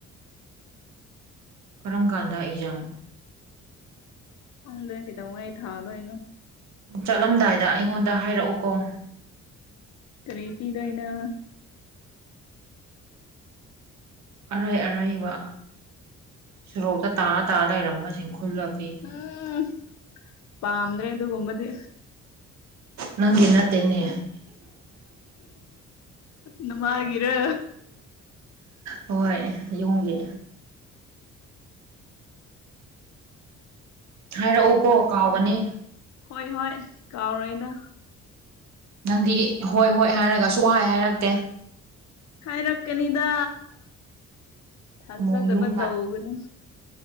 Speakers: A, on the right (about 65°); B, on the left (about 60°).
A: ꯀꯔꯝꯀꯥꯟꯗ ꯑꯦꯛꯖꯥꯝ
B: ꯈꯪꯗꯦ ꯀꯩꯗꯧꯉꯩ ꯊꯗꯣꯏꯅꯣ
A: ꯆꯠꯂꯝꯗꯥꯏꯗ ꯑꯩꯉꯣꯟꯗ ꯍꯥꯏꯔꯛꯎꯀꯣ
B: ꯀꯔꯤ ꯄꯤꯗꯣꯏꯅꯣ
A: ꯑꯔꯩ ꯑꯔꯩꯕ ꯁꯣꯔꯣꯛꯇ ꯇꯥ ꯇꯥ ꯂꯩꯔꯝꯕꯁꯤꯡ ꯈꯨꯜꯂ ꯄꯤꯒꯦ
B: ꯎꯝ ꯄꯥꯝꯗ꯭ꯔꯦ ꯑꯗꯨꯒꯨꯝꯕꯗꯤ
A: ꯅꯪꯒꯤ ꯅꯠꯇꯦꯅꯦ
B: ꯅꯃꯥꯒꯤꯔꯣ
A: ꯍꯣꯏ ꯌꯨꯝꯒꯤ ꯍꯥꯏꯔꯛꯎꯀꯣ ꯀꯥꯎꯒꯅꯤ
B: ꯍꯣꯏ ꯍꯣꯏ ꯀꯥꯎꯔꯣꯏꯗ
A: ꯅꯪꯗꯤ ꯍꯣꯏ ꯍꯣꯏ ꯍꯥꯏꯔꯒ ꯁꯨꯡꯍꯥꯏ ꯍꯥꯏꯔꯛꯇꯦ
B: ꯍꯥꯏꯔꯛꯀꯅꯤꯗ ꯊꯥꯖꯗꯕ
A: ꯑꯃꯨꯛ ꯌꯨꯝ
B: ꯇꯧꯒꯅꯨ